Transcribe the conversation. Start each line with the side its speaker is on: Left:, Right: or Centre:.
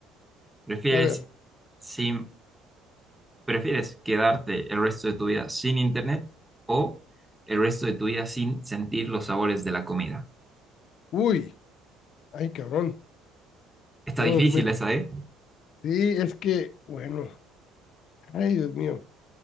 Centre: ¿Prefieres
Left: a ver.
Centre: sin, prefieres quedarte el resto de tu vida sin internet o el resto de tu vida sin sentir los sabores de la comida?
Left: Uy, ay, cabrón.
Centre: Está
Left: No,
Centre: difícil
Left: me-
Centre: esa, ¿eh?
Left: sí, es que, bueno, ay, Dios mío.